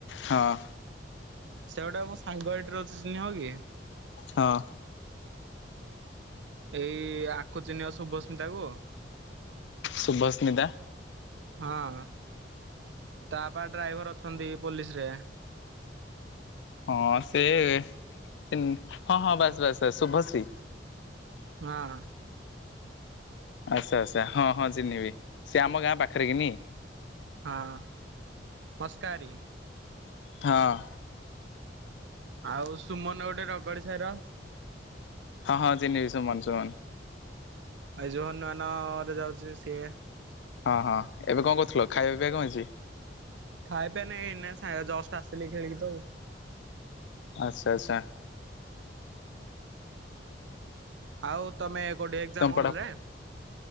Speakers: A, on the left; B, on the right.
A: ହଁ।
B: ସେ ଗୋଟେ ମୋ <unintelligible>
A: ହଁ।
B: ଏଇ ଆକୁ ଚି଼ନ୍ନିବ ଶୁଭସ୍ମିତାକୁ?
A: ସୁଭସ୍ମିତା?
B: ହଁଅ <inaudible> ତା ବାପା ଡ୍ରାଇଭର ଅଛନ୍ତି ପୋଲିସ ରେ।
A: ହଁ ସେ ଚିନ୍ନି। ହଁ ହଁ ବାସ ବାସ ବାସ ଶୁଭଶ୍ରୀ?
B: ହଁ ହଁ।
A: ଆଚ୍ଛା ଆଚ୍ଛା ହଁ ହଁ ଚିହ୍ନିବି ସେ ଆମ ଗାଁ ପାଖରେ କିନି।
B: ହଁଅ ମସ୍କାରୀ।
A: ହଁ। <inaudible>
B: ଆଉ ସୁମନ ଗୋଟେ ରଗଡି ସାଇର?
A: ହଁ ହଁ ଚିନ୍ହିବି ସୁମନ ସୁମନ
B: ଆଇ ଯୋଉ ହନୁମାନ ନଅ ରେ ଯାଉଚି ସିଏ?
A: ହଁ ହଁ ଏବେ କଣ କରୁଥିଲ? ଖାଇବା ପିଇବା କଅ ହେଇଚି?
B: ଖାଇଆ ଏନେଇ ଏକନାଇଁ ଏଇନା ସା ଜଷ୍ଟ ଆସିଲି ଖେଳିକି ତ ଆଉ।
A: ଚ୍ଛା ଛା
B: ଆଉ ତମେ କୋଉଠି ଏକଜାମ
A: ତମ
B: ହଲରେ?